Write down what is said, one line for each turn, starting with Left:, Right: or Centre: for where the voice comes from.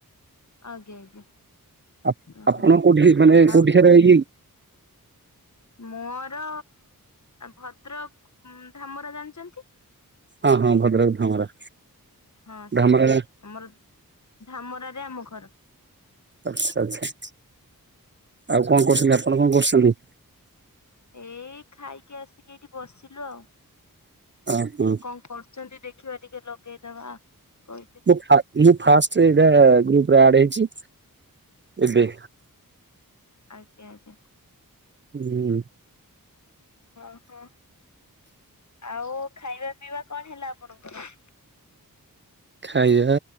Left: ଆଜ୍ଞା ଆଜ୍ଞା।
Right: ଆପ
Left: ଓହୋ
Right: ଆପଣ କୋଉଠି ମାନେ
Left: ଆଉ
Right: କୋଉଠି କାର ଇଏ
Left: ମୋର ଭଦ୍ରକ ଧାମରା ଜାଣିଛନ୍ତି।
Right: ହଁ ହଁ ଭଦ୍ରକ ଧାମରା।
Left: ହଁ ସେଇଠି,
Right: ଧାମରା
Left: ଆମର ଧାମରାରେ ଆମ ଘର।
Right: ଆଚ୍ଛା ଆଚ୍ଛା ଆଉ କଣ କରୁଛନ୍ତି, ଆପଣ କଣ କରୁଛନ୍ତି?
Left: ଏଇ ଖାଇକି ଆସିକି ଏଇଠି ବସିଲୁ ଆଉ।
Right: ଓହୋ
Left: କଣ କରୁଛନ୍ତି ଦେଖିବା ଟିକେ ଲଗେଇଦବା? କହିଲେ
Right: ମୁଁ ଫାଷ୍ଟ ଏଯୋଉ ଫାଷ୍ଟ ଏଟା ଗ୍ରୁପ୍। ପୁରା ଆଡ ହେଇଛି ଏବେ
Left: ଆଜ୍ଞା ଆଜ୍ଞା।
Right: ହୁଁ।
Left: ହଁ ହଁ। ଆଉ ଖାଇବା ପିଇବା କଣ ହେଲା ଆପଣଙ୍କର?
Right: ଖାଇବା